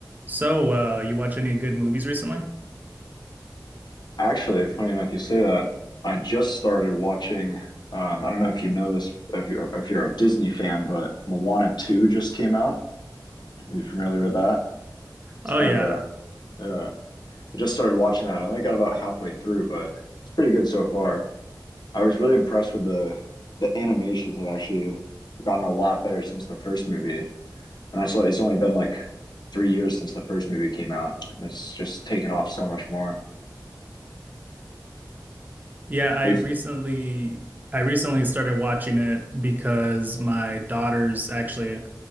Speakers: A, on the right; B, on the left.
A: So, uh, you watch any good movies recently?
B: Actually, funny enough, you say that. I just started watching. Um, I don't know if you know this, if you're if you're a Disney fan, but Moana 2 just came out. Are you familiar with that? It's
A: Oh
B: kind
A: yeah.
B: of a, yeah. I just started watching that. I only got about halfway through, but it's pretty good so far. I was really impressed with the the animations have actually gotten a lot better since the first movie, and that's why it's only been like three years since the first movie came out, and it's just taken off so much more.
A: Yeah, I
B: Are
A: recently
B: you
A: I recently started watching it because my daughter's actually